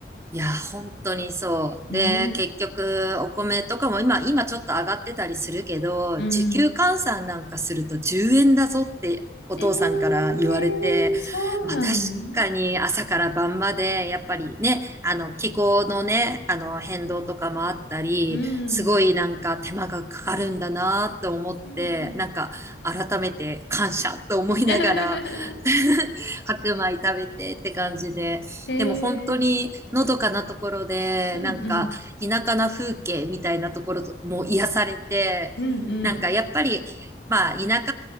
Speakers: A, on the right (about 15°); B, on the left (about 85°).
A: いや、本当にそう。
B: ねえ。
A: で、結局、お米とかも今、今ちょっと上がってたりするけど、
B: うん。
A: 時給換算なんかすると10円だぞってお父さんから言われて、
B: ええそうなの
A: まあ確かに朝から晩まで、やっぱりね、あの、気候のね、あの、変動とかもあったり、
B: うん。
A: すごいなんか手間がかかるんだなと思って、
B: うんうん。
A: なんか改めて感謝と思いながら
B: <laughs>
A: <laughs> 白米食べてって感じで、
B: ええ
A: でも本当にのどかなところで、
B: うんうん。
A: なんか田舎な風景みたいなところとも癒されて、
B: うんうん。
A: なんかやっぱり、まあ田